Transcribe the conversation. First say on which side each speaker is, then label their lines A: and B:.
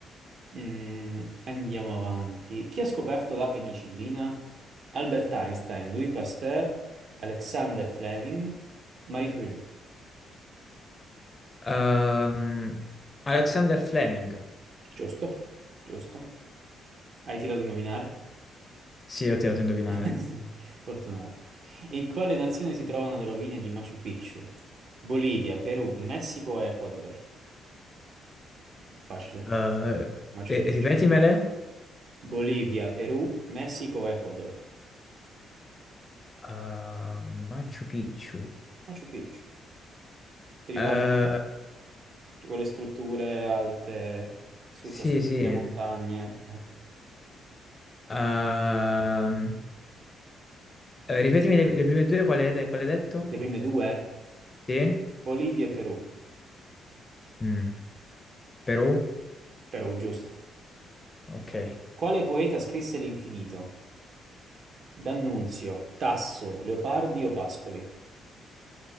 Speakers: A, on the right (about 55°); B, on the left (about 25°).
A: Mm, andiamo avanti. Chi ha scoperto la penicillina? Albert Einstein, Louis Pasteur, Alexander Fleming, Marie Curie.
B: Ehm, Alexander Fleming.
A: Giusto, giusto. Hai tirato a indovinare?
B: Sì, ho tirato a indovinare.
A: <laughs> Fortunato. In quale nazione si trovano le rovine di Machu Picchu? Bolivia, Perù, Messico, e Ecuador. È facile.
B: Eh,
A: Machu
B: e-
A: Picchu.
B: ripetimele.
A: Bolivia, Perù, Messico, Ecuador.
B: Ah, Machu Picchu.
A: Machu Picchu. Ti ricordi
B: Eh,
A: Cioè, quelle strutture alte su
B: sì,
A: costruite
B: sì.
A: le montagne? Eh.
B: Ehm, Eh, ripetimi le, le prime due, quale hai quale hai detto?
A: Le prime due?
B: Sì?
A: Bolivia e Perù.
B: Mm. Perù?
A: Perù, giusto.
B: Ok.
A: Quale poeta scrisse L'infinito? D'Annunzio, Tasso, Leopardi o Pascoli?